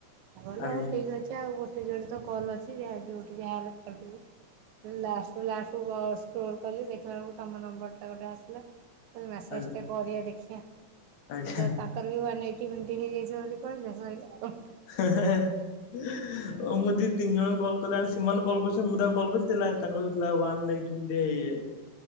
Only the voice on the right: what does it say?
ମୁଁ କହିଲି
ହଉ ଠିକ ଅଛି ଆଉ ଗୋଟେ ଯୋଡେ ତ କଲ୍ ଅଛି ଯା ଯୋଉଠି ଯାହା ହେଲେ କରିଦେବି। ଲାଷ୍ଟରୁ ଲାଷ୍ଟକୁ ଅ ସ୍କ୍ରୋଲ୍ କଲି ଦେଖିଲା ବେଳକୁ ତମର ନମ୍ବରଟା ଗୋଟେ ଆସିଲା। ମୁଁ କହିଲି ମେସେଜଟେ
କରିବା ଦେଖିବା। ଉଁ
ଦ ତାଙ୍କ କଲି ୱାନ୍ ଏଇଟି ମିିନିଟ ହେଇ ଯାଇଚି ବୋଲି କହିଲେ ସଇଲା ଆଉ।
ଏମିତି